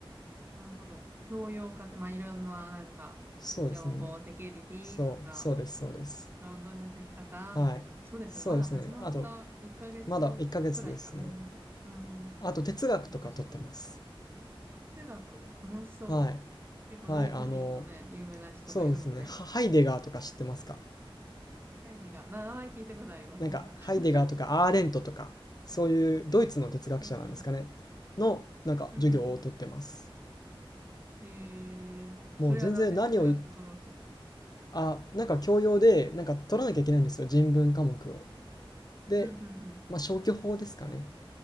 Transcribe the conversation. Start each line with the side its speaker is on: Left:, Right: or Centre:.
Right: なるほど。評量家って、まあ、いろんな、なんか、
Left: そうですね
Right: 情報、セキュリティとか、
Left: そうそうですそうです
Right: 論文の書き方みたいな。
Left: はいそうですねあと
Right: そうですね。まだ始まった1ヶ月くらいか、
Left: まだ1ヶ月ですね
Right: 始まって。うんうん。
Left: あと哲学とか取ってます
Right: そうか、そうか。哲学、楽しそう。
Left: はい
Right: 結構ドイツ人のね、
Left: はいあの
Right: 有名な人がいるもんね。
Left: そうですねハハイデガーとか知ってますか
Right: ハイデガー。な名前聞いたことあります、
Left: なんかハイデガーとかアーレントとかそういうドイツの哲学者なんですかねのなんか授業を取ってます
Right: なんか。<laughs> うんうん。うんうん。へえ、
Left: もう全然何を言っ
Right: それはなんで哲学取ろうと。
Left: あ、なんか教養で、なんか取らなきゃいけないんですよ、
Right: うん。
Left: 人文科目を。で、
Right: うんうんうん。
Left: まあ、消去法ですかね。